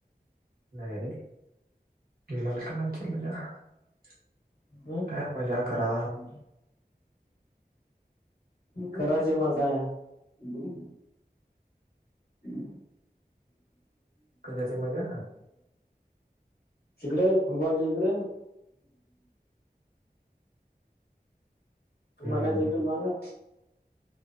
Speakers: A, on the right (about 60°); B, on the left (about 70°).
A: नाही रे मला कायची मजा <unintelligible>
B: <unintelligible>
A: काय मजा करा.
B: करायची मजा. <unintelligible> <unintelligible>
A: कशाची मजा?
B: तिकडे फुटबॉलच्या इिकडे
A: हम्म.
B: मला ज करवा ना.